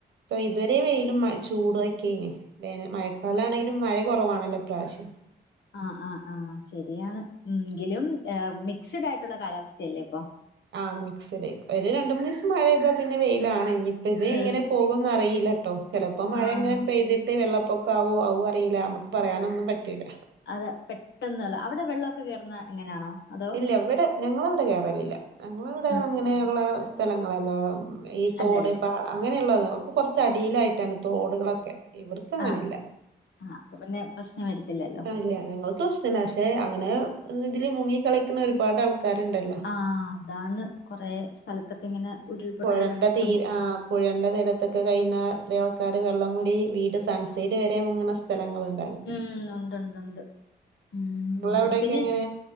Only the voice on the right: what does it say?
ഇതുവരെ വെയിലും ചൂടൊക്കെയ്നിം. വേന മഴക്കാലാണെങ്കിലും മഴ കൊറവാണല്ലോ ഇപ്രാവശ്യം.
ആ മിക്സട് ഒരു രണ്ടു മൂന്ന് ദിവസം മഴെയ്താ പിന്നെ വെയിലാണ് ഇനിയിപ്പത്
എങ്ങനെ പോകോ ന്ന് അറിയില്ലട്ടോ ചെലപ്പം മഴഇങ്ങനെ
പെയ്തിട്ട് ട്ട് വെള്ളപ്പൊക്ക ആവോ അതും അറിയില്ല നമുക്ക് പറയാനൊന്നും പറ്റൂല്ല.
ല്ല ഇവിടെ ഞങ്ങള ഇവിടെ കേറലില്ല ഞങ്ങളിവിടെ
അങ്ങനെയുള്ള സ്ഥലങ്ങളല്ല. ഈ തോട്
പാട അങ്ങനെയുള്ളത് ഒക്കെ കൊറച്ചടിയിലായിട്ടാണ് തോടുകളൊക്കെ. ഇവിടക്ക് അങ്ങനെല്ല
ആ ഇല്ല ഞങ്ങൾക്ക് <unintelligible> <unintelligible> പക്ഷെ അങ്ങനെ ഇതില് മുങ്ങി കളിക്കുന്ന ഒരുപാട് ആൾക്കാ ആൾക്കാര്ണ്ടല്ലോ
ഉം
ഉം
പൊഴന്റെ
തീര
ആഹ്. പുഴന്റെ തീരത്തൊക്കെ കഴിയണഎത്രയോ ആൾക്കാര് വെള്ളം കൂടി വീട് സൺസൈഡ് വരെ മുങ്ങണ സ്ഥലങ്ങളുണ്ട്.
നിങ്ങള അവിടെക്കെ
എങ്ങനെ